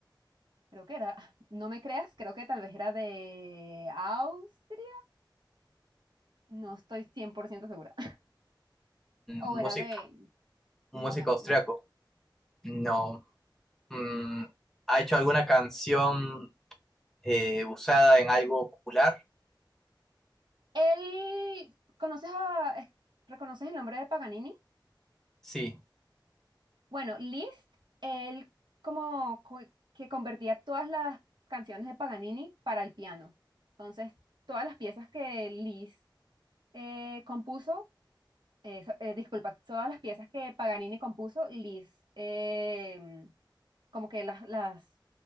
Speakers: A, on the right; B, in the centre.
A: creo que era, <laughs> no me creas, creo que tal vez era de Austria, no estoy 100% segura, <laughs> o
B: música
A: era de,
B: un
A: no
B: músico
A: me, ac-
B: austriaco.
A: no me
B: No. Mm, ¿ha hecho alguna canción eh, usada en algo popular?
A: Él, ¿conoces a, es- reconoces el nombre de Paganini?
B: Sí.
A: Bueno, Liszt, él como co- que convertía todas las canciones de Paganini para el piano. Entonces, todas las piezas que Liszt eh, compuso, eh, so- eh, disculpa, todas las piezas que Paganini compuso, Liszt eh, como que las, las